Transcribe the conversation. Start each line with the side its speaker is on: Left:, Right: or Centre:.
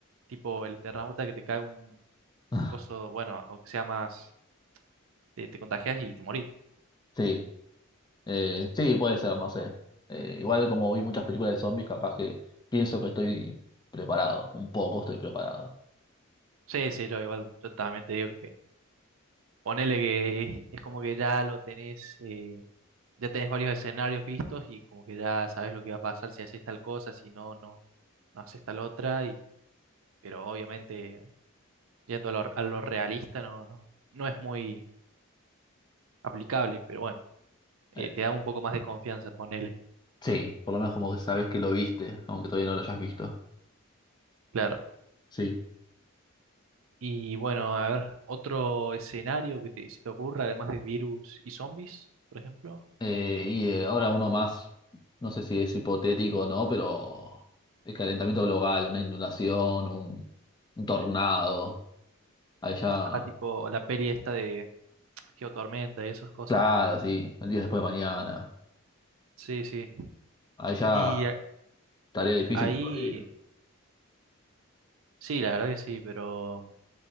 Right: Tipo el Eternauta que te cae un,
Left: <laughs>
Right: un coso,
Left: <sighs>
Right: bueno, o que sea más, te, te contagias y te morís.
Left: sí. Eh, sí, puede ser, no sé. Eh, igual como vi muchas películas de zombies, capaz que pienso que estoy preparado. Un poco estoy preparado.
Right: Sí, sí, yo igual, yo también te digo que ponele que es como que ya lo tenés, eh, ya tenés varios escenarios vistos y como que ya sabes lo que va a pasar si haces tal cosa, si no, no, no haces tal otra, y, pero obviamente yendo a lo, a lo realista no, no, no es muy aplicable, pero bueno, eh,
Left: Eh,
Right: te da un poco más de confianza, ponele.
Left: sí, por lo menos como que sabes que lo viste, aunque todavía no lo hayas visto.
Right: Claro.
Left: Sí.
Right: Y bueno, a ver, otro escenario que te, se te ocurra, además de virus y zombies, por ejemplo.
Left: Eh, y eh, ahora uno más, no sé si es hipotético o no, pero el calentamiento global, una inundación, un, un tornado. Allá.
Right: Ah, tipo la peli esta de Geotormenta y esas cosas.
Left: Claro, sí, el día después de mañana.
Right: Sí, sí.
Left: Ahí ya
Right: Y a-
Left: estaría difícil
Right: ahí,
Left: sobrevivir.
Right: sí, la verdad que sí, pero